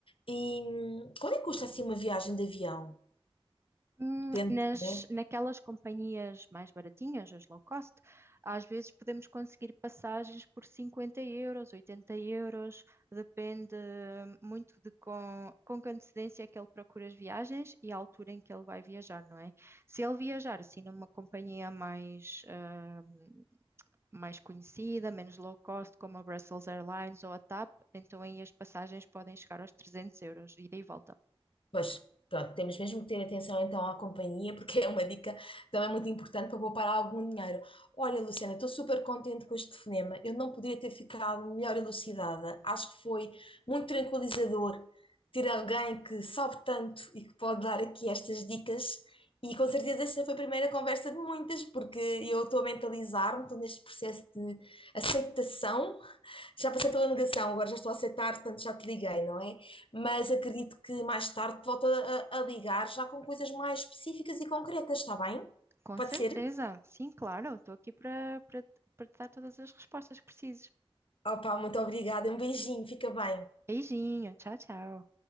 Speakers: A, on the left; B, on the right.
A: E hum, quanto é que custa assim uma viagem de avião?
B: Hum,
A: Depende,
B: Nas,
A: né?
B: naquelas companhias mais baratinhas, as low cost, às vezes podemos conseguir passagens por 50 euros, 80 euros, depende muito de com, com que antecedência é que ele procura as viagens e a altura em que ele vai viajar, não é? Se ele viajar assim numa companhia mais, ah, mais conhecida, menos low cost, como a Brussels Airlines ou a TAP, então aí as passagens podem chegar aos 300 euros, ida e volta.
A: Pois, pronto, temos mesmo que ter atenção então à companhia, <laughs> porque é uma dica também muito importante para poupar algum dinheiro. Olha, Luciana, estou super contente com este telefonema. Eu não podia ter ficado melhor elucidada. Acho que foi muito tranquilizador ter alguém que sabe tanto e que pode dar aqui estas dicas. E com certeza esta foi a primeira conversa de muitas, porque eu estou a mentalizar-me, estou neste processo de aceitação já passei pela negação, agora já estou a aceitar, portanto já te liguei, não é? Mas acredito que mais tarde te volto a, a ligar já com coisas mais específicas e concretas, está bem?
B: Com
A: Pode
B: certeza,
A: ser?
B: sim, claro, estou aqui para, para, para te dar todas as respostas que precises.
A: Opa, muito obrigada, um beijinho, fica bem.
B: Beijinho, tchau, tchau.